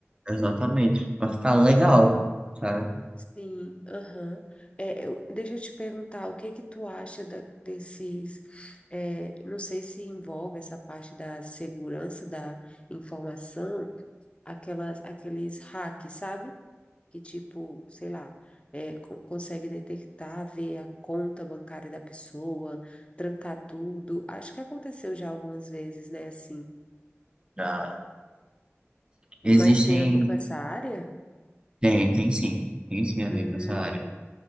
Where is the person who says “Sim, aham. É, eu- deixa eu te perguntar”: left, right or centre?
Left